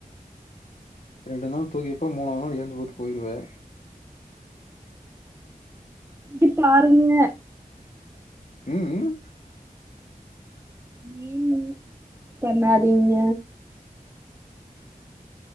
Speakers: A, on the left; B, on the right.
A: ரெண்டு நாள் தூக்கிப்ப மூணாவ நாள் எழுந்து போட்டு போயிடுவே
B: சுஜி பாருங்க
A: ம்ம்
B: நீங்களு பண்ணாதீங்க